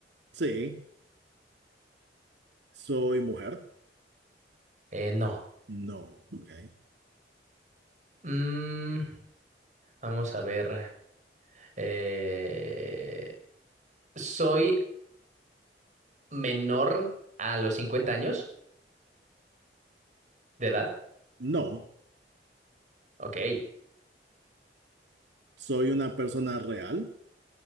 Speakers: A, on the right (about 85°); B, on the right (about 45°).
A: sí, soy mujer,
B: Eh, no.
A: no, ok,
B: Mm, vamos a ver. Eh, ¿soy menor a los 50 años de edad?
A: no,
B: Ok.
A: soy una persona real,